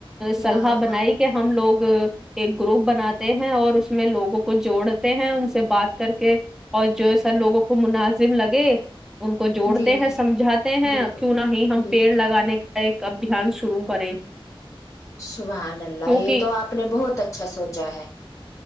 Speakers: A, on the left (about 35°); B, in the centre.
A: کیا
B: سلح
A: ہاں
B: بنائی
A: ہاں
B: کہ ہم لوگ <unintelligible> ایک گروپ بناتے ہیں اور اس میں لوگوں کو جوڑتے ہیں ان سے بات کر کے اور جو سا لوگوں کو مناظم لگے ان کو جوڑتے
A: جی
B: ہیں
A: جی
B: سمجھاتے ہیں
A: بالکل
B: کیوں نہ ہی ہم
A: جی
B: لگانے کا ایک ابھیان شروع کریں
A: سبان اللہ
B: کیونکہ
A: یہ تو آپ نے بہت اچھا سوچا اچا ہے <unintelligible>